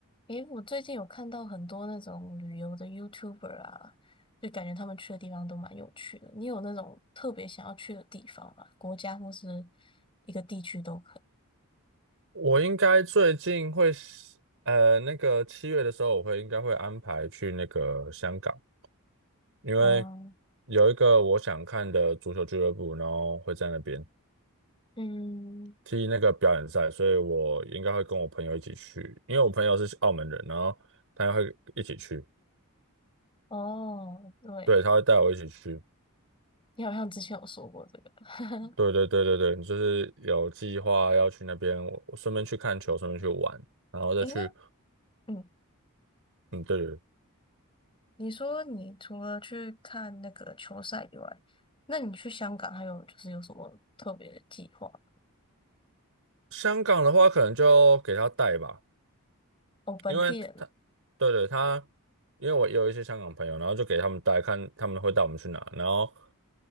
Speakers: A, on the left; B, on the right.
A: 诶，我最近有看到很多那种旅游的 YouTuber 啊，就感觉他们去的地方都蛮有趣的。你有那种特别想要去的地方吗？国家或是一个地区都可以。
B: 我应该最近会是，呃，那个七月的时候，我会应该会安排去那个香港，因为
A: 哦，
B: 有一个我想看的足球俱乐部，然后会在那边
A: 嗯，
B: 踢那个表演赛，所以我应该会跟我朋友一起去，因为我朋友是澳门人，然后他也会一起去，
A: 哦，对，
B: 对，他会带我一起去，
A: 你好像之前有说过这个。<laughs>
B: 对对对对对，就是有计划要去那边，我我顺便去看球，顺便去玩，然后再去，
A: 诶，那嗯，
B: 嗯，对对对，
A: 你说你除了去看那个球赛以外，那你去香港还有就是有什么特别的计划吗？
B: 香港的话可能就给他带吧。
A: 哦，本地人
B: 因为他，对对，他，因为我有一些香港朋友，然后就给他们带看，他们会带我们去哪。然后，